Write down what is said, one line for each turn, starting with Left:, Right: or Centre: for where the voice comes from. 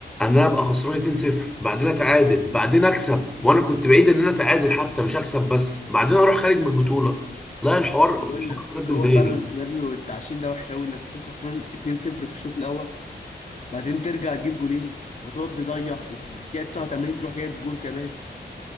Centre: انا ابقى خسران 2-0 بعدين اتعادل بعدين اكسب وانا كنت بعيد ان انا اتعادل حتى مش اكسب بس بعدين اروح خارج من البطولة لا الحوار
Left: ما انا بقول
Centre: الحوار
Left: لك
Centre: بجد
Left: هو
Centre: مضايقني
Left: فعلا سيناريو التعشين ده وحش قوي انك تكون خسران 2-0 في الشوط الاول بعدين ترجع تجيب جولين وتقعد تضيع وفي الدقيقة 89 تروح جايب جول كمان